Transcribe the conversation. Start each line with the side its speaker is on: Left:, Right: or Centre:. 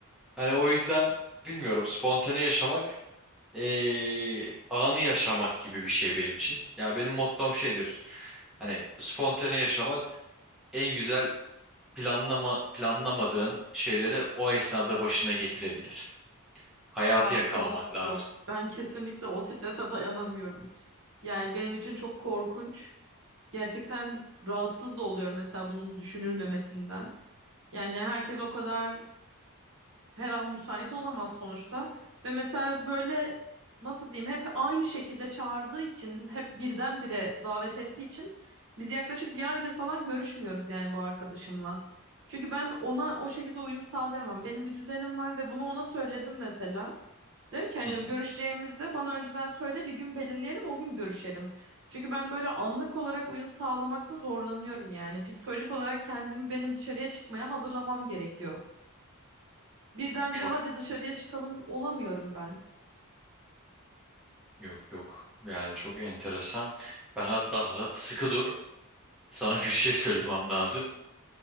Centre: Hani o yüzden bilmiyorum spontane yaşamak eee, anı yaşamak gibi bir şey benim için. Ya benim mottom şeydir. Hani spontane yaşamak en güzel planlama planlamadığın şeyleri o esnada başına getirebilir. Hayatı
Right: Ya
Centre: yakalamak
Right: yok
Centre: lazım.
Right: yok. Ben kesinlikle o strese dayanamıyorum. Yani benim için çok korkunç. Gerçekten rahatsız da oluyorum mesela bunun düşünülmemesinden. Yani herkes o kadar her an müsait olamaz sonuçta. Ve mesela böyle nasıl diyeyim hep aynı şekilde çağırdığı için hep birdenbire davet ettiği için biz yaklaşık bir aydır falan görüşmüyoruz yani bu arkadaşımla. Çünkü ben ona o şekilde uyum sağlayamam. Benim bir düzenim var ve bunu ona söyledim mesela. Dedim ki hani
Centre: Hı hı.
Right: görüşeceğimizde bana önceden söyle bir gün belirleyelim o gün görüşelim. Çünkü ben böyle anlık olarak uyum sağlamakta zorlanıyorum yani. Psikolojik olarak kendimi benim dışarıya çıkmaya hazırlamam gerekiyor. Birdenbire
Centre: Çok
Right: hadi dışarıya çıkalım olamıyorum ben.
Centre: yok yok. Yani çok enteresan. Ben hatta ha- sıkı dur. Sana bir şey söylemem lazım.